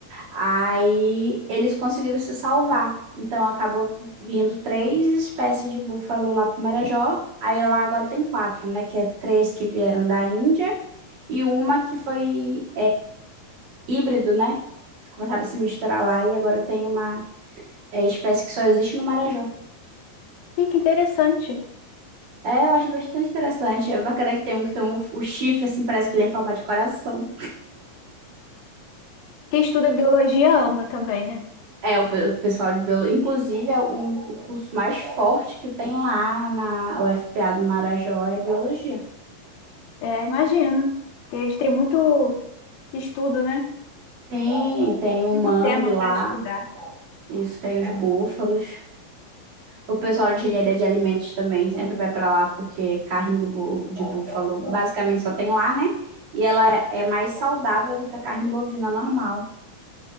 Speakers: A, on the right; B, on the left.
A: Aí eles conseguiram se salvar. Então acabou vindo três espécies de búfalo lá para Marajó. Aí lá agora tem quatro, né? Que é três que vieram da Índia e uma que foi híbrido, né? Começaram a se misturar lá e agora tem uma é, espécie que só existe no Marajó.
B: e que interessante.
A: É, eu acho bastante interessante. É bacana que tem um que tem um- o chifre, assim, parece que ele é em forma de coração.
B: Quem estuda biologia ama também, né?
A: É, o, pe- o pessoal de biologia. Inclusive, é um, o curso mais forte que tem lá na UFPA do Marajó é biologia.
B: É, imagino. Porque eles têm muito estudo, né?
A: Sim, tem o
B: Muito
A: mangue
B: tema
A: lá,
B: para estudar.
A: isso tem os búfalos. O pessoal de engenharia de alimentos também sempre vai para lá porque carne do bu- de búfalo basicamente só tem lá, né? E ela é mais saudável do que a carne bovina normal.